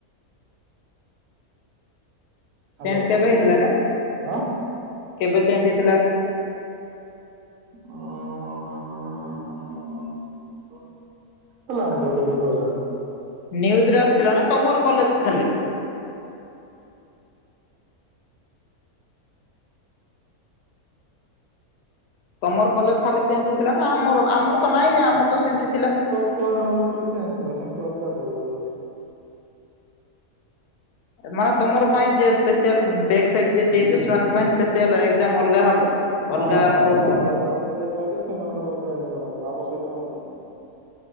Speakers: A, on the right; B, on the left.
A: ହ୍ୟାଲୋ
B: ଚେଞ୍ଜ କେବେ ହେଇଥିଲାରେ
A: ହଁ
B: କେବେ ଚେଞ୍ଜ ହେଇଥିଲା?
A: ଓ <unintelligible> କେବେଠୁ ହେଲାଣି।
B: ନ୍ୟୁଜ୍ ରେ ଆସିଥିଲା ନା ତମର କଲେଜ୍ ଖାଲି? ତମର କଲେଜ୍ ଖାଲି ଚେଞ୍ଜ ହେଇଥିଲା ନା ଆମର ଆମର ତ ନାଇଁ ରେ ଆମର ତ ସେମିତି ଥିଲା।
A: <unintelligible> ଚେଞ୍ଜ୍ ଥିଲା ସେମିତି ଅଲଗା ଦବୁ ବୋଲି।
B: ମାନେ ତମର ପାଇଁ ଯିଏ ସ୍ପେସିଆଲ <unintelligible> ଦେଇଛ ସେମାନଙ୍କ ପାଇଁ ସ୍ପେସିଆଲ ଏକ୍ଜାମ୍ ଅଲଗା ହବ। ଅଲଗା
A: ହଁ
B: ଫର୍ମ
A: ଅଲଗା ମାନେ ଯୋଉମାନେ ବେକେ ଲାଗିଛି ସେମାନଙ୍କର ଅଲଗା ଏକ୍ଜାମ୍ ହବ ଆମ ସହିତ ହବନି।